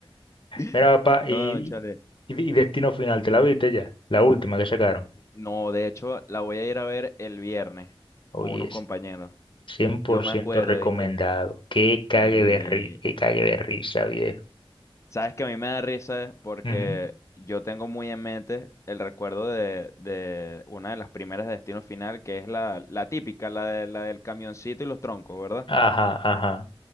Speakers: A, on the left (about 30°); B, on the left (about 55°).
A: <laughs>
B: Mira, papá,
A: No,
B: y,
A: chale.
B: y, y Destino Final, ¿te la viste ya? La última que sacaron.
A: No, de hecho, la voy a ir a ver el viernes
B: Oye,
A: con unos
B: es
A: compañeros.
B: cien
A: Yo
B: por
A: me
B: ciento
A: acuerdo,
B: recomendado.
A: ¿viste?
B: Que cague
A: Sí.
B: de ri, que cague de risa, viejo.
A: Sabes que a mí me da risa porque
B: Ujú.
A: yo tengo muy en mente el recuerdo de, de una de las primeras de Destino Final, que es la, la típica, la, de, la del camioncito y los troncos, ¿verdad?
B: Ajá, ajá,